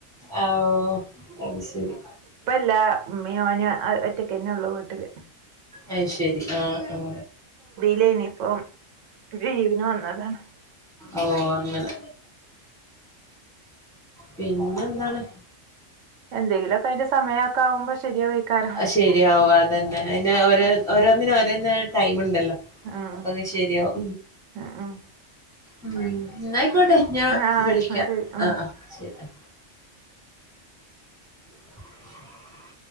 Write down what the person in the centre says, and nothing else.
ഓ അത് ശരി.
അയ് ശരി ആഹ ആഹ.
ഓ അങ്ങനെ പിന്നെ എന്താണ്.
ആ, ശരിയാവും അതന്നെ അതിന് ഓരോ ഓരോന്നിന ഓരോ ടൈംമുണ്ടല്ലോ.
അപ്പ ന്നശെരിയാവും
ഉന്നാ ആയിക്കോട്ടെ. ഞാൻ
വിളിക്കാം
ആ ആ ശരി. <inaudible>